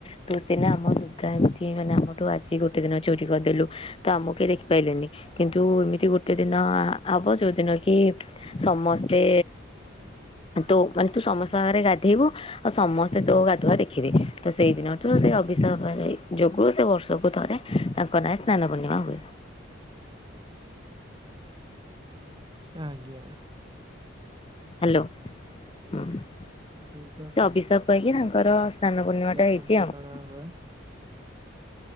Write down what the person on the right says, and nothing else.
<unintelligible> ଆଜ୍ଞା।
ଦୁର୍ଗା ପୂଜା
କେମିତି
କଣ ହୁଏ